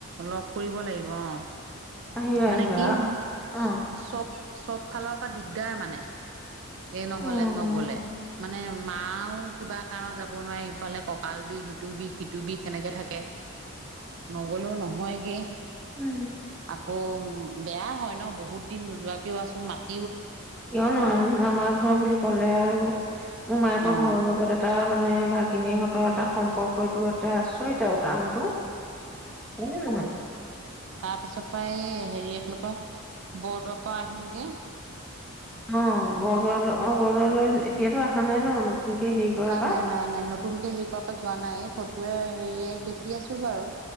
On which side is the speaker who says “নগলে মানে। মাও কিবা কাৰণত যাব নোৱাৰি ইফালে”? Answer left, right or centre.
Right